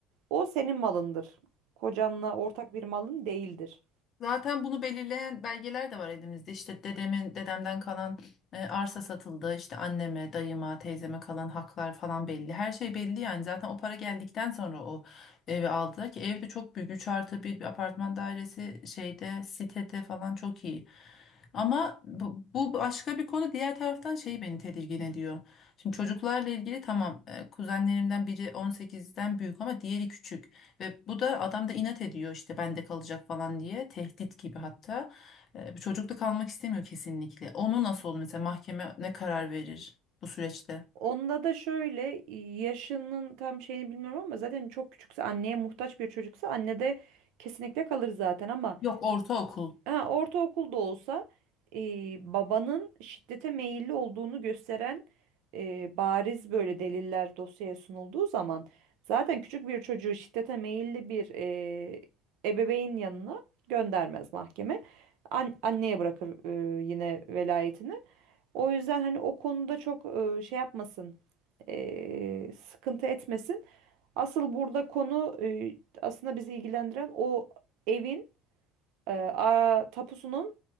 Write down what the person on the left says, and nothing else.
Zaten bunu belirleyen belgeler de var elimizde. İşte dedemin, dedemden kalan e, arsa satıldı. İşte anneme, dayıma, teyzeme kalan haklar falan belli. Her şey belli yani. Zaten o para geldikten sonra o evi aldılar ki ev de çok büyük. üç artı bir bir apartman dairesi şeyde, sitede falan çok iyi. Ama bu, bu başka bir konu. Diğer taraftan şey beni tedirgin ediyor. Şimdi çocuklarla ilgili tamam e, kuzenlerimden biri 18'den büyük ama diğeri küçük. Ve bu da adam da inat ediyor işte bende kalacak falan diye tehdit gibi hatta. Ee, bu çocuk da kalmak istemiyor kesinlikle. Onu nasıl olur mesela mahkeme ne karar verir bu süreçte?
Yok ortaokul.